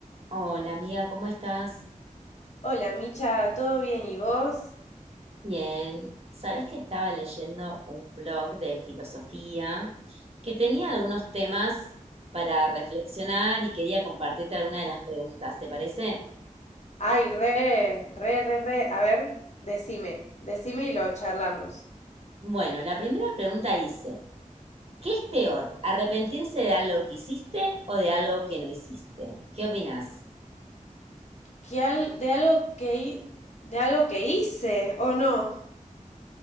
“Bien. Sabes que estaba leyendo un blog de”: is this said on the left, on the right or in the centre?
Right